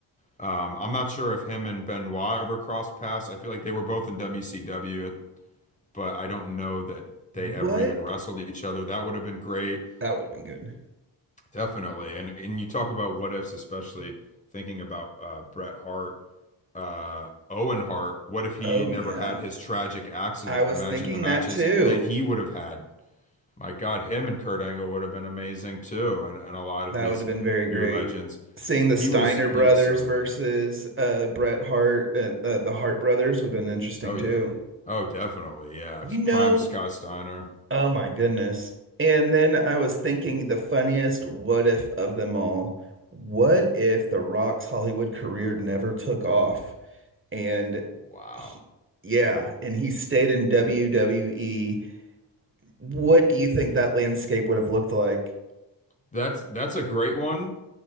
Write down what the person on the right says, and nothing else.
what?
That would have been good.
Oh
yeah.
I was
thinking
that too.
That
would have been very
great.
Seeing the
Steiner
brothers
versus
uh Bret Hart and uh, the Hart brothers would have been interesting
too.
You
know,
oh my goodness. And then I was thinking the funniest what if of them all. What if The Rock's Hollywood career never took off? and
he, yeah, and he stayed in WWE. What do you think that landscape would have looked like?